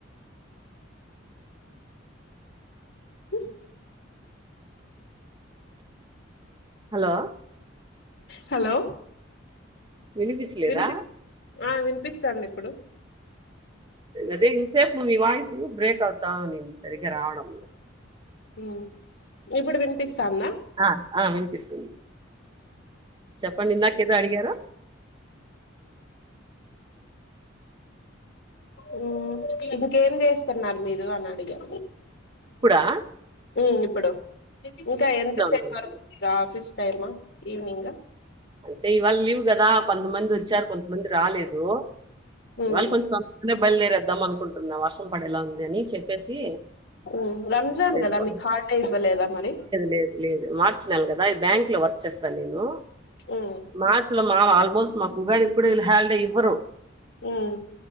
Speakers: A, on the left; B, on the right.
A: మ్మ్
B: హలో
A: హలో
B: వినిపించలేదా
A: వినిపి ఆ వినిపిస్తాంది ఎప్పుడు
B: అదే ఇన్సేపు ని వాయిసు బ్రేకు అవుతు తా నేను సరిగ్గా రావడం
A: ఉ ఇప్పుడు వినిపిస్తాన్నా
B: ఆ ఆ వినిపిస్తుంది చెప్పండి ఇందాకేదో అడిగారు
A: ఉ ఇంకేం చేస్తున్నారు మీరు అని అడిగా
B: కుడా
A: ఉమ్ ఇప్పుడు ఇంకా ఎంత సేపు
B: ఉన్నారు
A: వరకు ఆఫీస్ టైమా ఈవినింగ్
B: అంటే ఇవాళ లీవు కదా కొంతమంది వచ్చారు. కొంతమంది రాలేదు.
A: ఉమ్
B: ఇవాళ కొంచం తొందరగానే బయలుదేరారు అనుకుం వర్షం పడేలా ఉంది అని చెప్పేసి
A: ఉమ్ రంజాన్
B: వెళ్ళిపోలేదు
A: కదా మీకు హాలిడే ఇవ్వలేదా మరి
B: లేదు లేదు మార్చి నెల కదా బ్యాంక్ లో వర్క్ చేస్తా నేను
A: ఉమ్
B: మార్చ్ లో మావ ఆల్మోస్ట్ మా ఉగాది కూడా ఇల్ హల్ ఇవ్వరు
A: ఉమ్